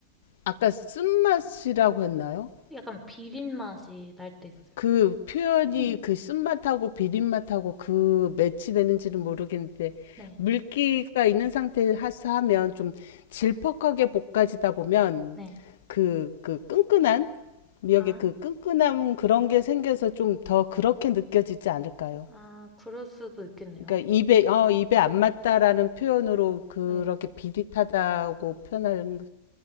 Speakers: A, on the left; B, in the centre.
A: 아까 쓴맛이라고 했나요?
B: 약간 비린 맛이 날 때 있어요.
A: 그 표현이
B: 음.
A: 그 쓴맛하고 비린맛하고 그 매치되는지는 모르겠는데
B: 네,
A: 물기가 있는 상태에서 하면 좀 질퍽하게 볶아지다 보면
B: 네.
A: 그, 그 끈끈한 미역의
B: 아,
A: 그 끈끈함 그런 게 생겨서 좀 더 그렇게 느껴지지 않을까요?
B: 아, 그럴 수도 있겠네요.
A: 그러니까 입에 어 입에 안 맞다라는 표현으로 그렇게
B: 네.
A: 비릿하다고 표현할